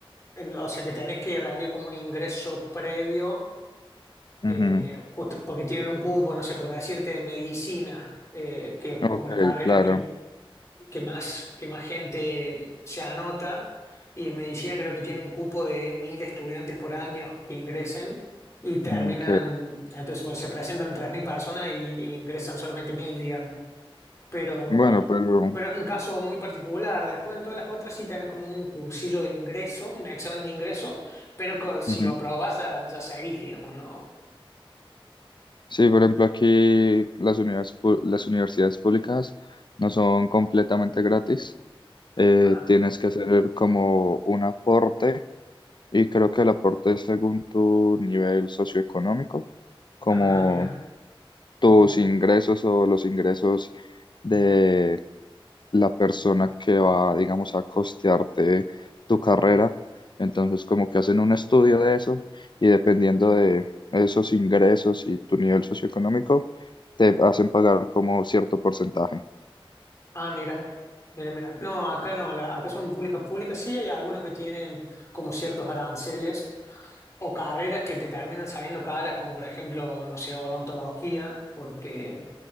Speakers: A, on the left; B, on the left.
A: en- o sea, que tenés que rendir como un ingreso previo,
B: Ujú.
A: eh, justo porque tienen un cupo, no sé, por decirte, de medicina, eh, que es
B: Ok,
A: como la carrera
B: claro.
A: que que más, que más gente se anota. Y en medicina creo que tiene un cupo de mil estudiantes por año que ingresen y terminan,
B: Ok.
A: entonces bueno, se presentan tres mil personas y, y ingresan solamente mil, digamos. Pero,
B: Bueno, pero
A: pero es un caso muy particular. Después en todas las otras sí tenés como un cursillo de ingreso, un examen de ingreso, pero co- si
B: ujú.
A: lo aprobás ya, ya seguís, digamos, ¿no?
B: Sí, por ejemplo, aquí las univers- pu- las universidades públicas no son completamente gratis. Eh,
A: Ah,
B: tienes que hacer como un aporte y creo que el aporte es según tu nivel socioeconómico, como
A: Ah, mira.
B: tus ingresos o los ingresos de la persona que va, digamos, a costearte tu carrera. Entonces, como que hacen un estudio de eso y dependiendo de esos ingresos y tu nivel socioeconómico, te hacen pagar como cierto porcentaje.
A: Ah, mira, mira, mira. No, acá no, la- acá son públicas públicas. Sí hay algunos que tienen como ciertos aranceles o carreras que te terminan saliendo caras, como por ejemplo, no sé, odontología, porque,